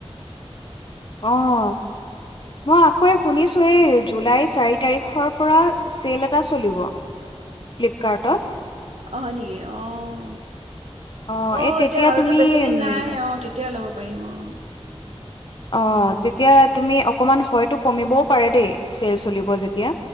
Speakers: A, on the left; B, on the right.
A: অঁ মই আকৌ এই শুনিছো এই জুলাই চাৰি তাৰিখৰ পৰা চেইল এটা চলিব, ফ্লিপকাৰ্টত।
B: অ হয় নেকি? অঁ
A: অ',
B: ঔ
A: এই তেতিয়া
B: এতিয়া আৰুতো
A: তুমি
B: বেছি দিন
A: উম,
B: নাই অঁ টি তিয়া ল'ব পাৰিম অঁ।
A: অঁ তেতিয়া তুমি অকমান হয়তো কমিবও পাৰে দেই, চেল চলিব যেতিয়া।